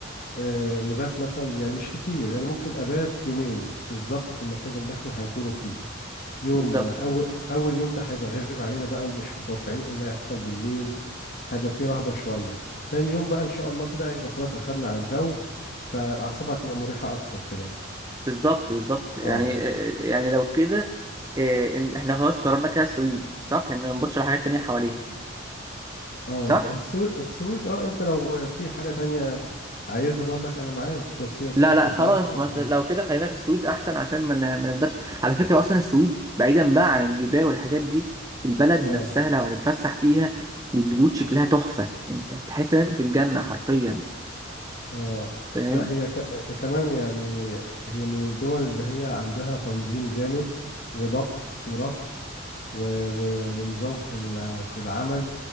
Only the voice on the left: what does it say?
آه نبات مثلا يعني مش كتير يعني ممكن ابات يومين بالظبط في المكان اللي احنا هنكونه فيه يوم
اول اول يوم ده هيبقى غريب علينا بقى ومش متوقعين ايه اللي هيحصل بالليل هيبقى فيه رهبة شوية تاني يوم بقى ان شاء الله كده هيبقى خلاص اخدنا على الجو فالاعصاب هتبقى مريحة اكتر كده
اه
اه
ما هي السويد السويد اه انت لو في حاجة تانية عايزها برضك انا معاك بس هي السويد
بصراحة
ع-
اه
اه
لا هي ك... آه، كمان يعني هي من الدول اللي هي عندها تنظيم جامد وضبط وربط و... و... ونظام في الع... في العمل